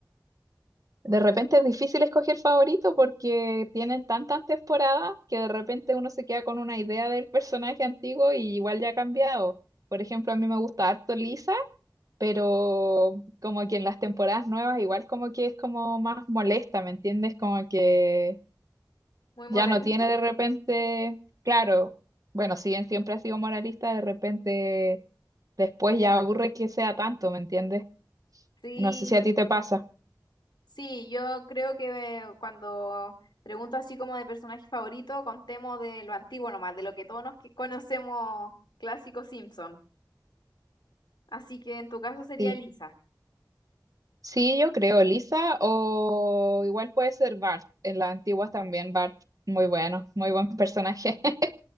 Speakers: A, on the right; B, on the left.
A: De repente es difícil escoger favorito porque tienen tantas temporadas que de repente uno se queda con una idea del personaje antiguo y igual ya ha cambiado. Por ejemplo, a mí me gusta harto Lisa, pero como que en las temporadas nuevas igual como que es como más molesta, ¿me entiendes? Como que
B: Muy moralista.
A: ya no tiene de repente, claro, bueno, si bien siempre ha sido moralista, de repente después ya aburre que sea tanto, ¿me entiendes?
B: Sí.
A: No sé si a ti te pasa.
B: Sí, yo creo que eh, cuando pregunto así como de personaje favorito, contemos de lo antiguo nomás, de lo que todos nos que- conocemos, clásico Simpson. Así que en tu caso sería
A: Sí,
B: Lisa.
A: sí, yo creo, Lisa, o igual puede ser Bart, en las antiguas también Bart, muy bueno, muy buen personaje. <laughs>